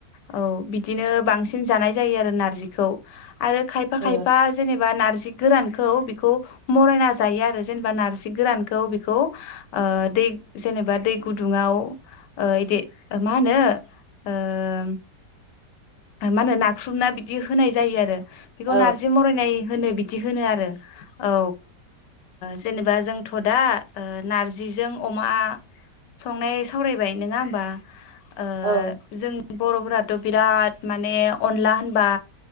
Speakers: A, on the left; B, on the right.
A: औ बिदिनो बांसिन जानाय जायो आरो नारजिखौ आरो खायफा
B: औ
A: खायफा जेनेबा नारजि गोरानखौ बेखौ मरायना जायो आरो जेनेबा नार्जि गोरानखौ बेखौ दै जेनेबा दै गुदुङाव बिदि माहोनो ओम माहोनो नाख्रुबना बिदि होनाय जायो आरो बेखौ
B: औ
A: नारजि मरायनाय होनो बिदि बिदि होनो आरो औ जेनेबा जोंथ' दा नारजिजों अमा संनाय सावरायबाय नङा होमबा ओ
B: औ
A: जों बर'फोराथ' बिराद माने अनला होनबा